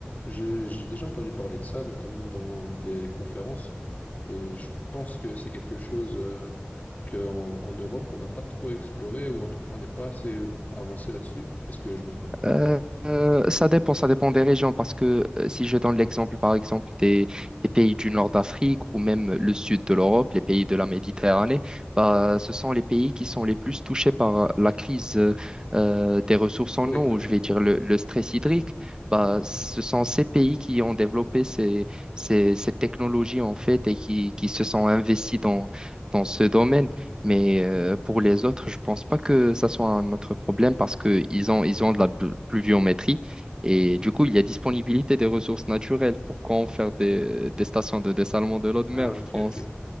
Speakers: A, on the left (about 40°); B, on the right (about 20°).
A: J'ai j'ai déjà entendu parler de ça, notamment dans des conférences. Et je pense que c'est quelque chose euh, qu'en en Europe, on n'a pas trop exploré, ou en tout cas, on n'est pas assez avancé là-dessus. Est-ce que je me trompe?
B: Euh, euh, ça dépend, ça dépend des régions parce que euh, si je donne l'exemple par exemple des, des pays du nord d'Afrique ou même le sud de l'Europe, les pays de la Méditerranée, bah, ce sont les pays qui sont les plus touchés par la crise euh, euh, des ressources en
A: Oui,
B: eau,
A: oui,
B: ou
A: oui,
B: je vais
A: oui.
B: dire le, le stress hydrique. Bah, ce sont ces pays qui ont développé ces, ces, ces technologies en fait et qui, qui se sont investis dans, dans ce domaine. Mais euh, pour les autres, je pense pas que ça soit un autre problème parce que ils ont, ils ont de la pl- pluviométrie et du coup, il y a disponibilité des ressources naturelles. Pourquoi en faire des, des stations de dessalement de l'eau de
A: Ah,
B: mer, je
A: ok,
B: pense.
A: ok.